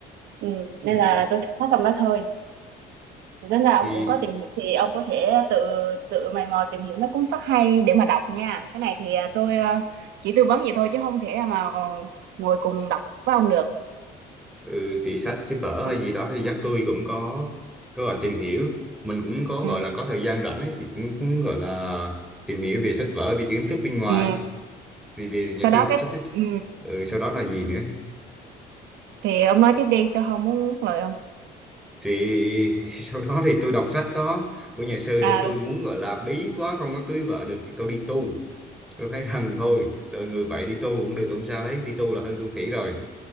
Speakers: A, on the right (about 80°); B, in the centre.
A: ừ
B: Ừ,
A: nên là tôi thích sách ông đó thôi thì tính ra
B: thì
A: ông cũng có tìm hiểu thì ông có thể tự tự mày mò tìm hiểu mấy cuốn sách hay để mà đọc nha cái này thì à, tôi à, chỉ tư vấn vậy thôi chứ không thể mà ngồi cùng đọc với ông được
B: Ừ, thì sách sách vở hay
A: ừ
B: gì đó thì dắt tôi cũng có có gọi tìm hiểu mình cũng có
A: ừ,
B: gọi là có thời gian rảnh ấy thì cũng, cũng gọi là tìm hiểu về sách vở về kiến thức bên ngoài
A: ừ.
B: thì về nhà
A: sau
B: sư
A: đó cái
B: xuất thích
A: ừ.
B: ừ, sau đó là gì nữa
A: thì ông nói tiếp đi tôi không muốn ngắt lời ông
B: thì <laughs> sau đó thì tôi đọc sách đó của nhà sư
A: à,
B: để tôi
A: ừ,
B: muốn gọi là bí quá không có cưới vợ được thì tôi đi tu tôi thấy rằng thôi đời người vậy đi tu cũng được không sao hết đi tu là hơn con khỉ rồi